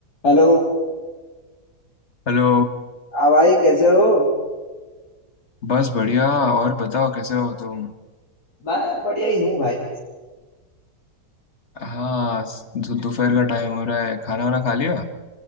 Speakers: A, on the left (about 70°); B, on the left (about 45°).
A: Hello
B: हेलो
A: हाँ भाई कैसे हो
B: बस बढ़िया और बताओ कैसे हो तुम
A: मैं बढ़िया ही हूँ भाई
B: हाँ स- दो- दोपहर का टाइम हो रहा है खाना वाना खा लिया